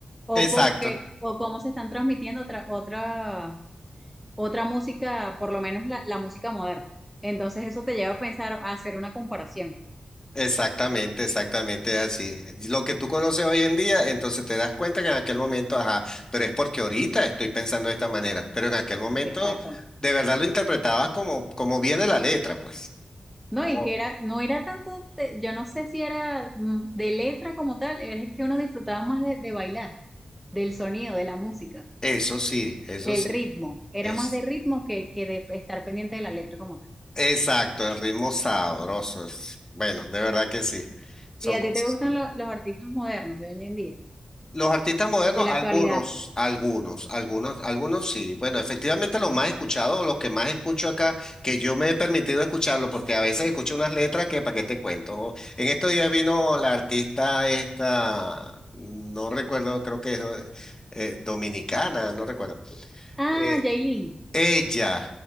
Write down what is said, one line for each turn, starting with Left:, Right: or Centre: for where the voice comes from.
Centre: O
Left: Exacto,
Centre: porque, o cómo se están transmitiendo otra, otra música, por lo menos la, la música moderna. Entonces eso te lleva a pensar, a hacer una comparación.
Left: exactamente, exactamente es así. Lo que tú conoces hoy en día, entonces te das cuenta que en aquel momento, ajá, pero es porque ahorita estoy pensando de esta manera, pero en aquel momento
Centre: Exacto.
Left: de verdad lo interpretabas como, como viene la letra, pues.
Centre: No,
Left: Como,
Centre: y que era, no era tanto, de- yo no sé si era mm, de letra como tal, es que uno disfrutaba más de, de bailar, del sonido, de la música,
Left: eso sí, eso
Centre: del
Left: sí,
Centre: ritmo. Era
Left: es
Centre: más de ritmo que, que de estar pendiente de la letra como tal.
Left: exacto, el ritmo sabroso. es- Bueno, de verdad que sí. Son
Centre: ¿Y a
Left: cosas.
Centre: ti te gustan lo- los artistas modernos de hoy en día,
Left: Los artistas modernos,
Centre: de la
Left: algunos,
Centre: actualidad?
Left: algunos, algunos, algunos sí. Bueno, efectivamente los más escuchados, los que más escucho acá, que yo me he permitido escucharlo, porque a veces escucho unas letras que para qué te cuento. En estos días vino la artista esta, no recuerdo, creo que es eh, eh, dominicana, no recuerdo.
Centre: Ah,
Left: Eh,
Centre: Yailin.
Left: ella,